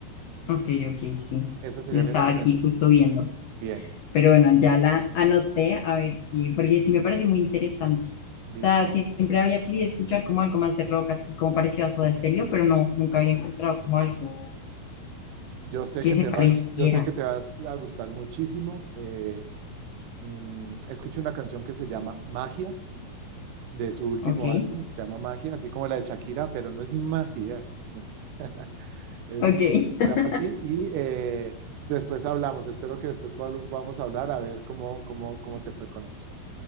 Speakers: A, on the left; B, on the right.
A: Ok, ok, sí.
B: Esa sería
A: Yo estaba
B: mi recomendación.
A: aquí justo viendo.
B: Bien.
A: Pero bueno, ya la anoté, a ver qué, porque sí me parece muy interesante.
B: ¿Listo?
A: O sea, siempre había querido escuchar como algo más de rock, así como parecido a Soda Stereo, pero no, nunca había encontrado como algo
B: Yo sé
A: que
B: que
A: se
B: te
A: pareciera.
B: va, yo sé que te va a gustar muchísimo. Eh, mm, escuché una canción que se llama Magia, de su último
A: Ok,
B: álbum, se llama Magia, así como la de Shakira, pero no es magia, no. <laughs> Es,
A: ok,
B: se
A: <laughs>
B: llama así y eh, después hablamos. Espero que después podamos hablar a ver cómo, cómo, cómo te fue con eso.